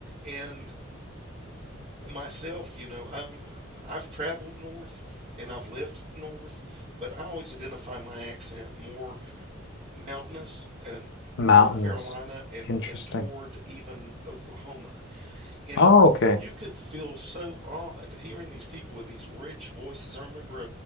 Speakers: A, on the right; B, on the left.
A: And myself, you know, I'm, I've traveled north and I've lived north, but I always identify my accent more mountainous and
B: mountainous.
A: North Carolina and
B: Interesting.
A: and toward even Oklahoma. And
B: Oh, okay.
A: you could feel so odd hearing these people with these rich voices. I remember